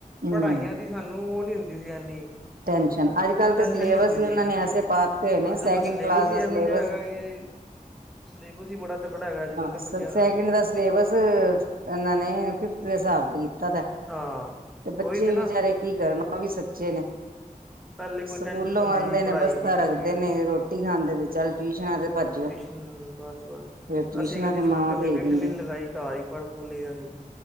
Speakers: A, on the right (about 85°); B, in the centre.
A: ਹਮ
B: ਪੜ੍ਹਾਈਆਂ ਦੀ ਸਾਨੂੰ ਉਹ ਨੀ ਹੁੰਦੀ ਸੀ ਐਨੀ
A: ਟੈਨਸ਼ਨ ਅੱਜ ਕੱਲ੍ਹ
B: ਟੈਂਨਸ਼ਨ
A: ਤੇ ਸਿਲੇਬਸ
B: ਨੀ ਹੁੰਦੀ
A: ਹੀ
B: ਸੀ।
A: ਉਹਨਾਂ ਨੇ ਐਸੇ ਪਾਤੇ ਹੋਏ ਨੇ
B: ਅੱਜ-ਕੱਲ
A: ਸੈਕਿੰਡ
B: ਸਿਲੇਬਸ
A: ਕਲਾਸ
B: ਹੀ
A: ਦਾ ਸਿਲੇਬਸ
B: ਇਹੋ ਜਿਹਾ ਹੈਗਾ ਕਿ ਸਿਲੇਬਸ ਹੀ ਬੜਾ ਤਕੜਾ ਹੈਗਾ ਅੱਜ ਕੱਲ੍ਹ ਦੇ
A: ਸੈਕਿੰਡ
B: ਬੱਚਿਆਂ
A: ਦਾ ਸਿਲੇਬਸ ਇਹਨਾਂ ਨੀ ਫਿਫਥ ਦੇ ਹਿਸਾਬ ਤੇ ਕੀਤਾ। ਪਤਾ
B: ਹਾਂ
A: ਤੇ
B: ਉਹੀ
A: ਬੱਚੇ
B: ਤਾਂ
A: ਵੀ
B: ਨਾ
A: ਵਿਚਾਰੇ ਕੀ ਕਰਨ ਉਹ ਵੀ ਸੱਚੇ ਨੇ।
B: ਪਹਿਲੇ ਕੋਈ
A: ਸਕੂਲੋਂ
B: ਟੈਨਸ਼ਨ ਹੁੰਦੀ
A: ਆਂਦੇ
B: ਸੀ
A: ਨੇ
B: ਪੜ੍ਹਾਈ
A: ਬਸਤਾ
B: ਦੀ ਕੁਛ
A: ਰੱਖਦੇ
B: ਵੀ
A: ਨੇ ਰੋਟੀ ਖਾਂਦੇ ਤੇ ਚੱਲ ਟਿਊਸ਼ਨਾਂ ਤੇ ਭੱਜਿਓ
B: ਟਿਊਸਨ ਬੱਸ-ਬੱਸ
A: ਫਿਰ ਟਿਊਸ਼ਨਾਂ
B: ਅਸੀਂ ਕਦੀ
A: ਤੇ ਮਾਵਾਂ
B: ਛੋਟੇ ਹੁੰਦੇ
A: ਭੇਜ
B: ਟਿਊਸ਼ਨ
A: ਦਿੰਦੀਆਂ
B: ਨਹੀਂ ਲਗਾਈ ਘਰ ਹੀ ਪੜ੍ਹ-ਪੁੜ੍ਹ ਲਈਦਾ ਸੀ‌।